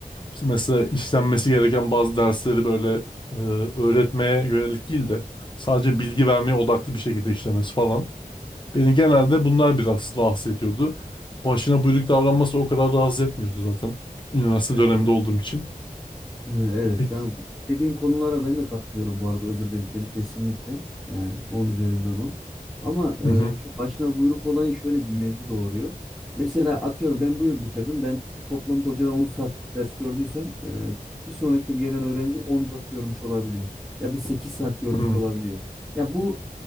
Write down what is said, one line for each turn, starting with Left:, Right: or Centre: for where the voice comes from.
Left: İşte mesela işlenmesi gereken bazı dersleri böyle e, öğretmeye yönelik değil de sadece bilgi vermeye odaklı bir şekilde işlemesi falan. Beni genelde bunlar biraz rahatsız ediyordu. Başına buyruk davranması o kadar rahatsız etmiyordu zaten. Üniversite
Centre: Evet.
Left: döneminde olduğum için.
Centre: He, evet.
Left: Peki.
Centre: Ben bu- dediğin konulara ben de katılıyorum bu arada öbür dediklerini kesinlikle. Yani 10 üzerinden 10. Ama
Left: Hı hı.
Centre: e, şu başına buyruk olayı şöyle bir mevzu doğuruyor. Mesela atıyorum ben bu yıl bitirdim. Ben toplamda hocadan 10 saat ders gördüysem e, bir sonraki yıl gelen öğrenci 14 görmüş olabiliyor. Ya da 8 saat görmüş
Left: Hı hı.
Centre: olabiliyor. Ya bu